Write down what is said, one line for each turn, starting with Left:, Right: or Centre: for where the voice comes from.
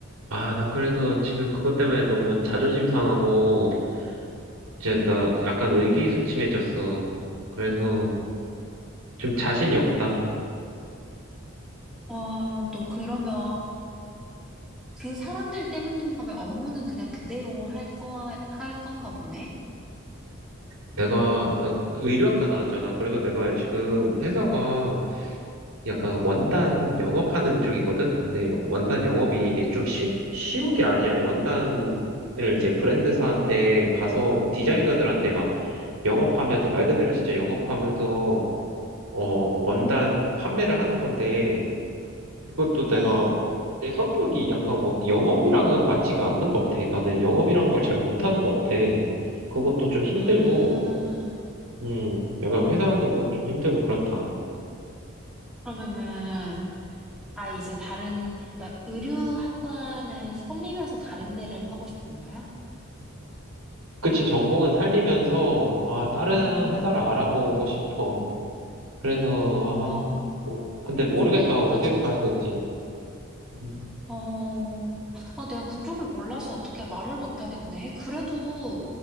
Right: 아, 나 그래서 지금 그것 때문에 너무 자존심 상하고 이제 나 약간 의기소침해졌어. 그래서 좀 자신이 없다.
Centre: 와, 너 그러면 그 사람들 때문인가 왜 업무는 그냥 그대로 할 거, 할 건가 보네?
Right: 내가 나 의류학과 나왔잖아. 그래서 내가 지금
Centre: 응.
Right: 회사가 약간 원단 영업하는 쪽이거든. 근데 원단 영업이 이게 좀 쉬, 쉬운 게 아니야. 원단을 이제 브랜드사한테
Centre: 어,
Right: 가서 디자이너들한테 막 영업하면서 말 그대로 진짜 영업하면서 어 원단 판매를 하는 건데 그것도 내가
Centre: 어.
Right: 내 성격이 약간 워- 영업이랑은 맞지가 않는 것 같아. 나는 영업이라는 걸 잘 못하는 것 같아. 그것도 좀 힘들고
Centre: 아,
Right: 음 약간 회사도 좀 힘들고 그렇다.
Centre: 그러면은 아, 이제 다른, 그러니까 의류학과는 살리면서 다른 데를 하고 싶은 거야?
Right: 그치 전공은 살리면서 아 다른
Centre: 음.
Right: 회사를 알아보고 싶어. 그래서
Centre: 아,
Right: 아 뭐- 근데 모르겠다
Centre: 고생했다,
Right: 어디로
Centre: 진짜.
Right: 가야 될지. 음.
Centre: 어, 아, 내가 그쪽을 몰라서 어떻게 말을 못 하겠네. 그래도,